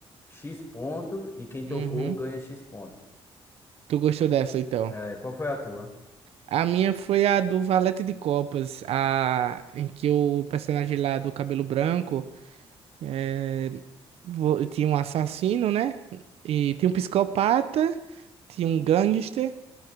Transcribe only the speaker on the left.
X ponto e quem tocou
ganha X ponto.
É, qual foi a tua?